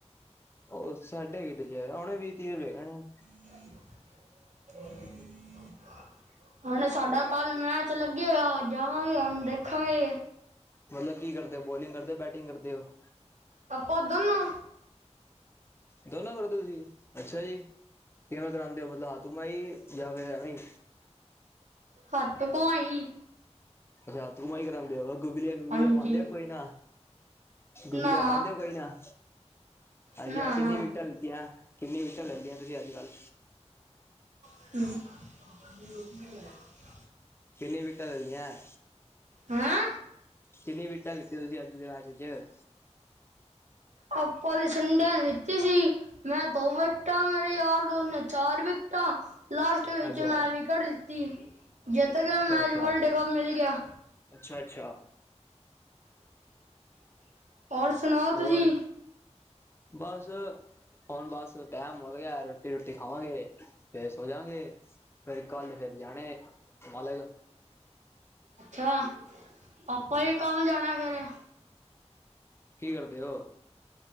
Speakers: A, on the left (about 20°); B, on the right (about 85°).
A: ਉਹ ਸਾਢੇ ਕਿੱਥੇ, ਹੁਣੇ ਵੀਹ- ਤੀਹ ਰੁਪਏ ਹੈਣਾ।
B: <unintelligible> ਹੁਣ ਸਾਡਾ ਕੱਲ ਮੈਚ ਲੱਗੇਗਾ ਜਾਵਾਂਗੇ ਹੁਣ ਦੇਖਾਂਗੇ।
A: ਮਤਲਬ ਕੀ ਕਰਦੇ ਹੋ ਬੋਲਿੰਗ ਕਰਦੇ ਬੈਟਿੰਗ ਕਰਦੇ ਹੋ?
B: ਤਪ ਦੋਨੋ।
A: ਦੋਨੋ ਕਰਦੇ ਤੁਸੀਂ ਅੱਛਾ ਜੀ। ਕਿਵੇਂ ਕਰਾਉਂਦੇ ਹੋ ਮਤਲਬ ਹੱਥ ਮਾਈ ਜਾਂ ਫਿਰ ਐਵੇਂ ਹੀ।
B: ਹੱਥ ਧੋ ਆਈ।
A: ਅੱਛਾ। ਹੱਥ ਧੋ ਆਈ ਕਰਾਉਦੇ ਓ, ਗੁਗਲਆ- ਗੁਗਲਆ
B: ਹਾਂਜੀ
A: ਪਾਉਂਦੇ ਹੋ ਕੋਈ ਨਾ। ਗੁਗਲੀਆ
B: ਨਾ
A: ਪਾਉਂਦੇ ਪਈ ਨਾ। ਅੱਛਾ
B: ਨਾ
A: ਕਿੰਨੀ
B: ਨਾ
A: ਵਿਕਟਾਂ ਲਿੱਤੀਆਂ ਕਿੰਨੀਆਂ ਵਿਕਟਾਂ ਲੈ ਲਈਆਂ ਤੁਸੀਂ ਅੱਜ ਕੱਲ੍ਹ।
B: <unintelligible>
A: ਕਿੰਨੀਆਂ ਵਿਕਟਾਂ ਲੈ ਲਈਆਂ?
B: ਹੈਂ
A: ਕਿੰਨੀਆਂ ਵਿਕਟਾਂ ਲਿੱਤੀਆਂ ਤੁਸੀਂ ਅੱਜ ਦੇ ਰਾਜ ਚ
B: ਆਪਾਂ ਦੀ ਸੰਡੇ ਲਿੱਤੀ ਸੀ। ਮੈਂ ਦੋ ਵਿਕਟਾਂ ਮੇਰੇ ਯਾਰ ਦੋਸਤ ਨੇ ਚਾਰ ਵਿਕਟਾਂ। ਲਾਸਟ ਵਿੱਚ
A: ਅੱਛਾ
B: ਮੈਂ ਵਿਕਟ ਲਿੱਤੀ ਜਿੱਤ ਗਏ
A: ਅੱਛਾ
B: ਮੈਚ
A: ਅੱਛਾ
B: ਵਰਲਡ ਕੱਪ ਮਿਲ ਗਿਆ।
A: ਅੱਛਾ ਅੱਛਾ
B: <inaudible> ਔਰ। ਸੁਣਾਓ
A: ਹੋਰ
B: ਤੁਸੀਂ
A: ਬਸ ਹੁਣ ਬਸ ਟੈਮ ਮਲ ਗਿਆ ਰੋਟੀ ਰੋਟੀ ਖਾਵਾਂਗੇ ਫਿਰ ਸੋ ਜਾਗੇ। ਫਿਰ ਕੱਲ ਫੇਰ ਜਾਣੇ ਹਲੇ।
B: ਅੱਛਾ ਆਪਾ ਵੀ ਕੰਮ ਜਾਣਾ ਸਵੇਰੇ।
A: ਕੀ ਕਰਦੇ ਹੋ?